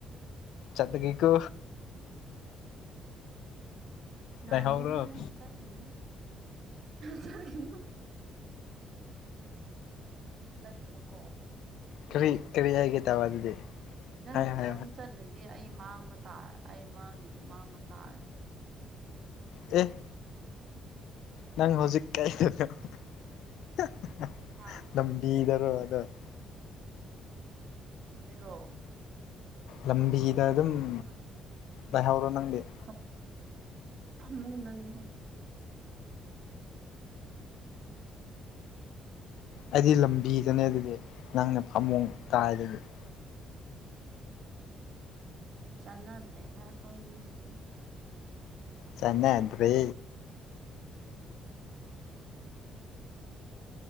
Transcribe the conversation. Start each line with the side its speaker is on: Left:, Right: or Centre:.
Left: ꯆꯠꯂꯒꯦꯀꯣ
Right: ꯅꯥꯏꯔꯨꯍꯦ
Left: ꯂꯩꯍꯧꯔꯣ
Right: <unintelligible> ꯆꯠꯈꯤꯅꯨ ꯆꯠꯈꯤꯅꯨ ꯆꯠꯈꯤꯅꯨꯀꯣ
Left: ꯀ꯭ꯔꯤ ꯀꯔꯤ ꯍꯥꯏꯒꯦ ꯇꯧꯕ ꯑꯗꯨꯗꯤ
Right: ꯅꯪ
Left: ꯍꯥꯏꯌꯣ ꯍꯥꯏꯌꯣ
Right: ꯅꯪ ꯆꯠꯂꯗꯤ ꯑꯩ ꯃꯥꯡꯕ ꯇꯥꯔ ꯑꯩ ꯃꯥꯡꯉꯦ ꯃꯥꯡꯕ ꯇꯥꯔꯦ
Left: ꯑꯦ ꯅꯪ ꯍꯧꯖꯤꯛ <unintelligible>
Right: ꯍꯥꯥ
Left: ꯂꯝꯕꯤꯗꯔꯣ ꯑꯗ <unintelligible>
Right: ꯁꯝꯖꯈ꯭ꯔꯣ <unintelligible>
Left: ꯂꯝꯕꯤꯗ ꯑꯗꯨꯝ
Right: ꯑ <unintelligible>
Left: ꯥꯂꯩꯍꯧꯔꯣ ꯅꯪꯗꯤ
Right: ꯐ <unintelligible> ꯐꯃꯨꯡꯗꯅꯤꯍꯦ
Left: ꯑꯩꯗꯤ ꯂꯝꯕꯤꯗꯅꯦ ꯑꯗꯨꯗꯤ ꯅꯪꯅ ꯐꯃꯨꯡ ꯀꯥꯏꯗꯗꯤ <unintelligible>
Right: ꯆꯥꯟꯅꯗ꯭ꯔꯦꯗ ꯑꯩꯈꯣꯏꯅꯤꯒꯤꯁꯦ
Left: ꯆꯥꯟꯅꯗ꯭ꯔꯦ